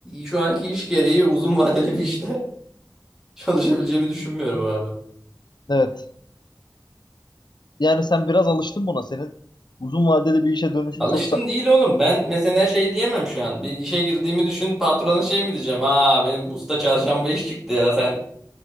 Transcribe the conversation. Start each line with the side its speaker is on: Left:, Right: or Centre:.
Centre: şu anki iş gereği uzun vadeli bir işte <laughs> çalışabileceğimi düşünmüyorum abi.
Left: Evet. Yani sen biraz alıştın buna. Senin uzun vadede bir işe dönüşün
Centre: Alıştım
Left: çok sa-
Centre: değil oğlum. Ben mesela şey diyemem şu an. Bir işe girdiğimi düşün patrona şey mi diyeceğim? Aa benim usta çarşamba iş çıktı ya sen